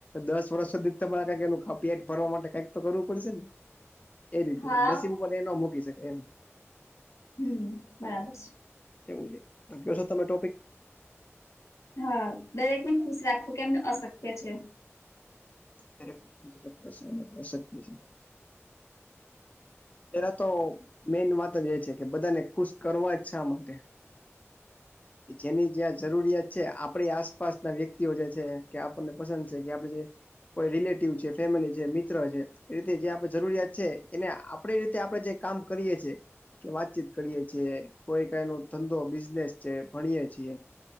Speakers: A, on the left; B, on the left.
A: દસ વર્ષ સુધી તમારે કઈક એનુ પેટ ભરવા માટે કંઈક તો કરવું પડશે ને. એ રીતે
B: હા
A: નસીબો પણ એનો મૂકી શકાય એમ.
B: હમ્મ બરાબર છે.
A: એવું છે તમે કયો છો ટોપિક?
B: હા દરેક ને ખુશ રાખવું કે એમને અશક્ય છે.
A: ત્યારે પૂછી શકાય માટે અશક્ય છે. પેલા તો મેન વાત જ એ છે કે બધાને ખુશ કરવા જ શા માટે? કે જેની જ્યાં જરૂરિયાત છે આપણી આસપાસ ના વ્યક્તિઓ જે છે કે આપણને પસંદ છે કે આપણે જે કોઈ રિલેટિવ છે, ફેમિલી છે, મિત્ર છે, એ રીતે જે આપણે જરૂરિયાત છે એને આ આપણી રીતે આપણે જે કામ કરીએ છીએ કે વાતચીત કરીયે છીએ કોઈ કંઈ નો ધંધો બિઝનેસ છે ભણીએ છીએ